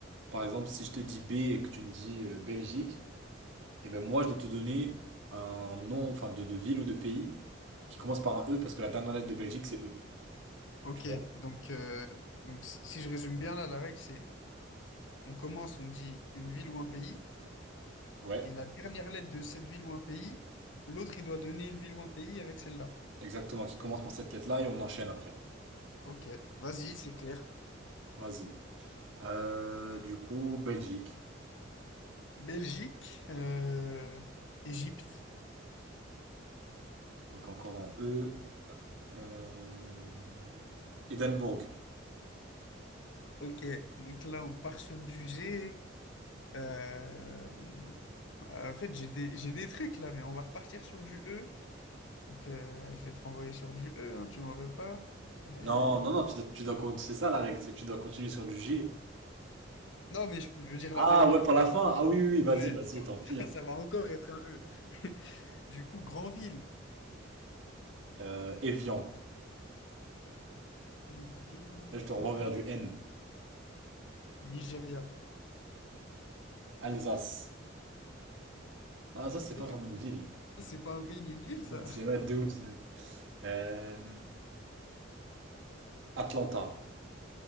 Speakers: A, on the right; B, on the left.
A: Par exemple, si je te dis B et que tu me dis euh, Belgique, et ben moi je dois te donner un nom, enfin de, de ville ou de pays qui commence par un E parce que la dernière lettre de Belgique c'est E.
B: Ok,
A: Tu vois?
B: donc, euh, donc si si je résume bien là, la règle c'est on commence, on dit une ville ou un pays,
A: Ouais,
B: et la dernière lettre de cette ville ou un pays, l'autre il doit donner une ville ou un pays avec celle-là.
A: exactement, qui commence par cette lettre-là et on enchaîne après.
B: Ok, vas-y, c'est clair.
A: Vas-y. Euh, du coup, Belgique.
B: Belgique, euh, Égypte.
A: Donc encore en E. Euh... Édimbourg.
B: Ok, donc là on part sur du G. euh, en fait, j'ai des, j'ai des trucs là, mais on va repartir sur du E. Donc, euh, je vais te renvoyer sur du E, hein, tu m'en veux pas. Mais...
A: Non, non, non, tu dois, tu dois, con- c'est ça la règle, c'est que tu dois continuer sur du G.
B: Non, mais je, je veux dire
A: Ah
B: la dernière.
A: ouais, pour la fin. Ah oui, oui, oui, vas-y,
B: Ouais,
A: vas-y, tant pis. hein.
B: ça, <laughs> ça va encore être un E. <laughs> Du coup, Granville.
A: Euh, Evian.
B: Et viens...
A: Là, je te renvoie vers du N.
B: Nigeria.
A: Alsace. Non, Alsace, c'est
B: Tu
A: pas
B: sais,
A: vraiment une ville.
B: C'est c'est pas un pays ni une ville, ça.
A: Ouais, C'est ouais, de ouf. c'est- Euh, Atlanta.